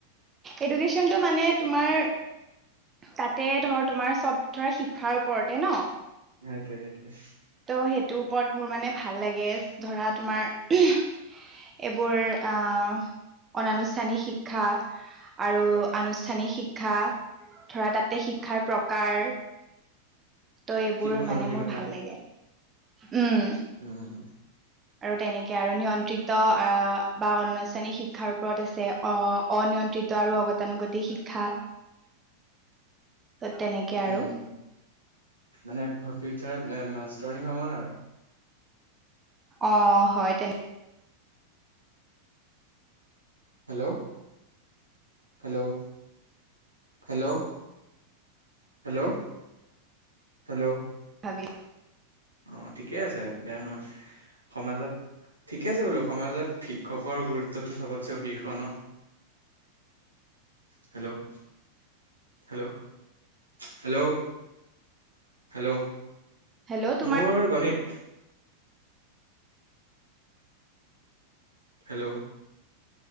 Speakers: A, on the right; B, on the right.
A: এডুকেশ্বনটো মানে তোমাৰ তাতে ধৰ তোমাৰ চব ধৰা শিক্ষাৰ ওপৰতে ন।
B: সেইটোৱে, সেইটোৱে।
A: ত সেইটোৰ ওপৰত মোৰ মানে ভাল লাগে ধৰা তোমাৰ এইবোৰ আহ, অনানুষ্ঠানিক শিক্ষা আৰু আনুষ্ঠানিক শিক্ষা, ধৰা তাতে শিক্ষাৰ প্ৰকাৰ ত' এইবোৰ
B: শিশুৰ মানসিকতা
A: মানে মোৰ ভাল লাগে। উম
B: উম
A: আৰু তেনেকে আৰু নিয়ন্ত্ৰিত আহ বা অনানুষ্ঠানিক শিক্ষাৰ ওপৰত আছে অ অনিয় আৰু অগতানুগতিক শিক্ষা ত তেনেকে আৰু
B: উম মানে ফিউচাৰত এ মাষ্টৰ নিভমন আৰু
A: অ', হয় তেনে।
B: Hello hello hello hello hello
A: দোব
B: অ ঠিকে আছে বেয়া নহয় সমাজত ঠিকে আছে বোলো সমাজত শিক্ষকৰ গুৰুত্বটো চবতে শীৰ্ষ ন hello hello hello hello
A: hello তোমাৰ
B: মোৰ গণিত হেল্ল'।